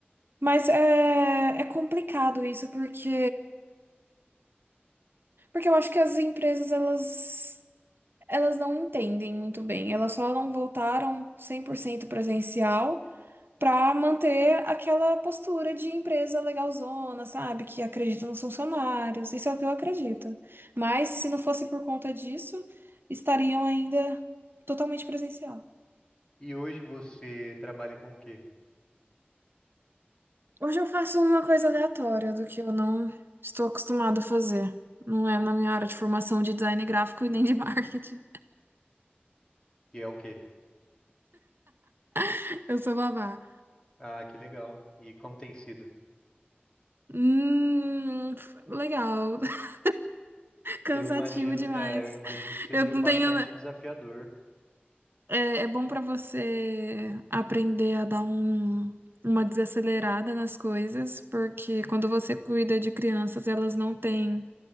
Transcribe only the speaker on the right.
Mas é, é complicado isso, porque, porque eu acho que as empresas, elas, elas não entendem muito bem. Elas só não voltaram 100% presencial. para manter aquela postura de empresa legalzona, sabe? Que acredita nos funcionários. Isso é o que eu acredito. Mas se não fosse por conta disso, estariam ainda totalmente presencial.
Hoje eu faço uma coisa aleatória do que eu não estou acostumada a fazer. Não é na minha área de formação de design gráfico e nem de marketing.
<laughs> Eu sou babá.
Hum, legal. <laughs> Cansativo
demais.
Eu
não tenho.
É, é bom para você aprender a dar um, uma desacelerada nas coisas, porque quando você cuida de crianças, elas não têm,